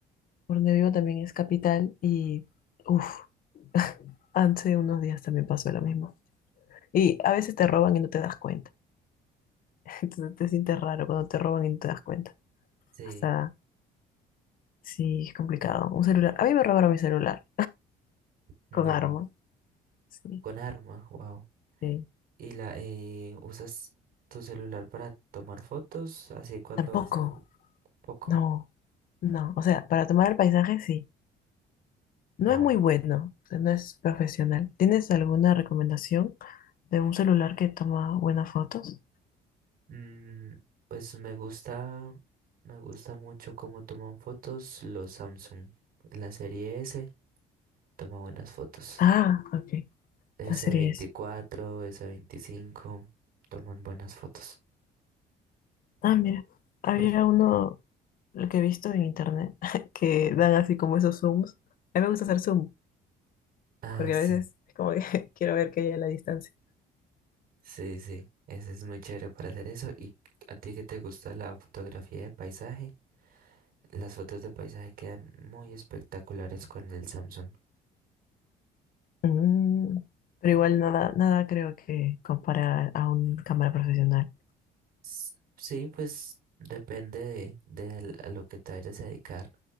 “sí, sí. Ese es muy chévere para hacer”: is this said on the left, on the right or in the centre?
Right